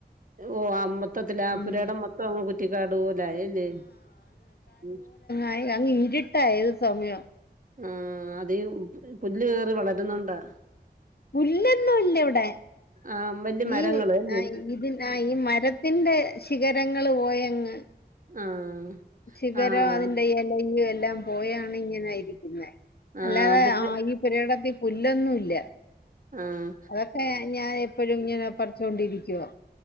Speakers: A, on the right; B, on the left.
A: ഓ അമ്പ <unintelligible> മൊത്തത്തി ആ
B: ഉം
A: പുരേടം മൊത്തം അങ്ങ് കുറ്റിക്കാട് പോലേ ആയി ഇല്ലേ ഉം
B: ആയ് അങ്ങ് ഇരിട്ടാ ഏത് സമയോം
A: ആഹ് അതെ പ് പുല്ല് കേറി വളര്ന്നകൊണ്ടാ
B: പുല്ലൊന്നുംല്ലവ്ടെ
A: ആഹ് വല്യ മരങ്ങള്
B: ഈ
A: അല്ലേ
B: ആയ്ത് ആഹ് ഈ മരത്തിന്റെ ശിഖരങ്ങള് പോയങ്ങ്
A: ആഹ്
B: ശിഖരോ
A: ആഹ്
B: അതിന്റെ എലയും എല്ലാം പോയാണ്ങ്ങനെ ഇര്ക്കുന്നെ അല്ലാതെ
A: ആഹ് അതിന്റെ
B: ആഹ് ഈ പുരേടത്തിൽ പുല്ലൊന്നുംല്ല
A: ആഹ്
B: അതക്കെ ഞാൻ എപ്പോഴും ഇങ്ങനെ പറിച്ചോണ്ടിരിക്ക്വാ